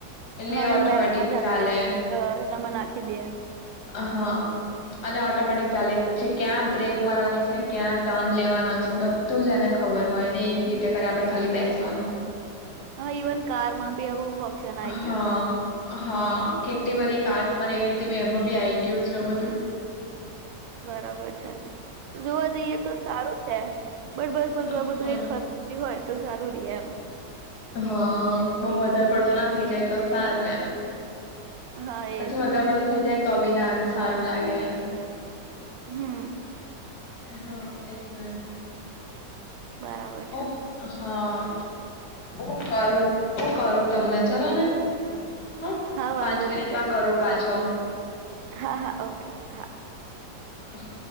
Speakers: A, on the left (about 60°); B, on the right (about 85°).
A: એટલે
B: હહ એ
A: ઓટોમેટિક
B: મેપમાં જાતે
A: ચાલે
B: જ અ એનામાં નાખી દેે.
A: હા અને ઓટોમેટિક ચાલે છે ક્યાં બ્રેક મારવાની છે, ક્યાં ટર્ન લેવાનો છે બધું જ એને ખબર હોય ને એવી રીત તે કરે આપણે ખાલી બેસવાનું
B: હહ ઈવન કારમાં બી એવું ફંક્શન આઈ ગયું
A: હા
B: છે
A: હા કેટલી બધી કાર્સ એવી રીતે એમાં ભી આવી રીતના આવી ગયું છે બધું
B: બરાબર છે જોવા જઈએ તો સારું સે બટ બસ બધું આ
A: હા
B: બધું એક હાથે હોય તો સારું રીએ એમ
A: હા બો વધારે પડતો ના થઈ જાય તો સારું એમ
B: હા
A: પછી
B: એજ
A: વધારે પડ થઇ જાય તો બી ના સારું લાગે એમ
B: હમ
A: હ એજ ને
B: બરાબર છે
A: ઓ હા હું કરું હું કરું તમને ચાલો ને હા
B: વાંધો
A: પાંચ મિનિટમાં
B: નહી કઈ નહી
A: કરું પાછો
B: હા હા ઓકે હા
A: હ.